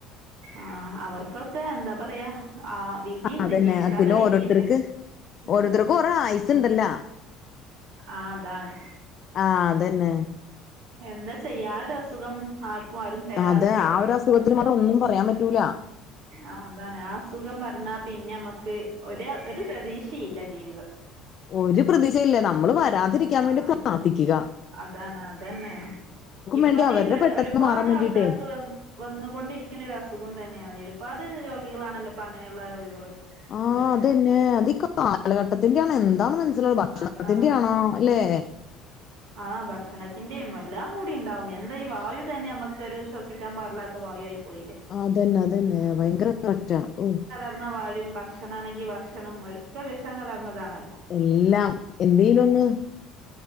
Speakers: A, on the right; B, on the left.
A: ആഹ് അവർക്കൊക്കെ എന്താ പറയാ ആ വിധിയുണ്ട്
B: അത് തന്നെ
A: ജീവിക്കാള്ള
B: അത് പിന്നെ
A: വിധിയുണ്ട്
B: ഓരോരുത്തർക്ക് ഓരോരുത്തർക്കും
A: ആ
B: ഓരോ ആയുസ്
A: ആ
B: ഉണ്ടല്ലോ
A: ആ അതാണ്
B: ആ തന്നെ
A: എന്താ ചെയ്യാ ആരസുഖം ആർക്കും ആരും തരാതെ
B: അതെ
A: നിക്കട്ടെ
B: ആ
A: പടച്ചോനെ
B: ഒരു അസുഖത്തിന് മാത്രം ഒന്നും
A: ഉം.
B: പറയാൻ പറ്റൂല
A: ആ അതാണ് ആസുഖം പറഞ്ഞാ പിന്നെ നമ്മുക്ക് ഒരു പ്രതീക്ഷയില്ല ജീവിതം
B: ഒരു പ്രതീഷയില്ല നമ്മള് വരാതിരിക്കാൻ
A: ആഹ്
B: വേണ്ടി പ്രാർത്ഥിക്കിക
A: അതാണ് അതെന്നെണ് ഇപ്പാണെങ്കി
B: വേണ്ടി അവരുടെ പെട്ടെന്ന്
A: ഒരുപാട്
B: മാറാൻ വേണ്ടിട്ടേ
A: ആൾക്കാർക്ക് വെ വന്നുകൊണ്ടിരിക്കുനെ ഒരു അസുഖം തന്നെയാണ് ഒരുപാട് രോഗികളാണല്ലോപ്പൊ അങ്ങനെയുള്ള രോഗികള്
B: ആഹ്
A: ഉള്ളത്
B: അതന്നെ അതക്ക കാലഘട്ടത്തിന്റെ
A: ഉം
B: ആണോ എന്താെന്ന് മനസ്സിലുള്ള ഭക്ഷണത്തിന്റെയാണോ
A: അതാ
B: അല്ലേ
A: ആഹ് ഭക്ഷണത്തിന്റെയും എല്ലാം കൂടി ഉണ്ടാവും എന്താ ഈ വായു തന്നെ നമ്മുക്കൊരു ശ്വസിക്കാൻ പാടില്ലാ ത്ത വായു ആയി പോയില്ലേ
B: ആ അതന്നെ അതന്നെ ഭയങ്കര കറക്റ്റാ ഓ
A: വന്ന വാഴും ഭക്ഷണ ആണെങ്കിൽ ഭക്ഷണം ഒക്ക വിഷം കലർന്നതാണല്ല
B: എല്ലാം എന്തേലും ഒന്ന്